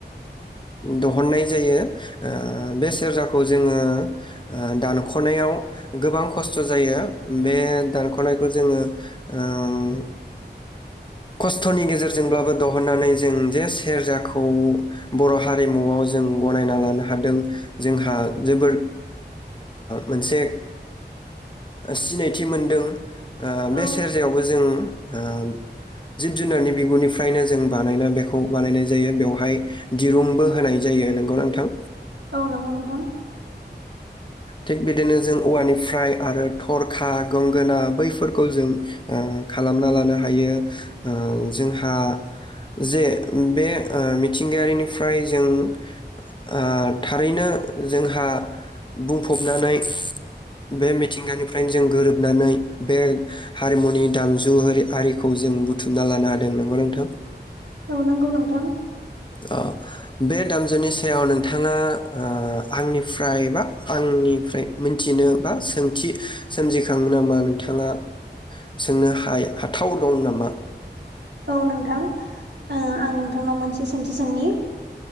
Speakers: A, on the left; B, on the right.
A: दहननाय जायो ओ बे सेरजाखौ जोंङो ओ दानख'नायाव गोबां खस्थ' जायो बे दानख'नायखौ जोंङो ओं खस्थ'नि गेजेरजोंब्लाबो दहननानै जों जे सेरजाखौ बर' हारिमुआव जों गनायना लानो हादों। जोंहा जोबोद मोनसे सिनायथि मोनदों बे
B: औ
A: सेरजायावबो जों ओम जिब जुनारनि बिगुरनिफ्रायनो जों बानायना बेखौ बानायनाय जायो बेवहाय दिरुंबो होनाय जायो नोंगौ नोंथां।
B: औ नंगौ नोंथां
A: थिग बिदिनो जों औवानिफ्राय आरो थरखा गंगोना बैफोरखौ जों ओ खालामना लानो हा हायो ओ जोंहा जे बे मिथिंगायारिनिफ्राय जों ओ थारैनो जोंहा बुंफबनानै बे मिथिंगानिफ्रायनो जों गोरोबनानै बे हारिमुनि दामजु हार आरिखौ जों बुथुमना लानो हादों नंगौ नोंथां।
B: औ नांगौ नोंथां
A: औ बे दामजुनि सायाव नों बिथांङा ओ आंनिफ्राय बा आंनिफ्राय मिथिनो बा सोंथि सोमजिखांनो होमबा मा नोंथाङा सोंनो हाया हाथाव दं नामा?
B: औ नोंथां आं नोंथांनाव मोनसे सानथि सांनि,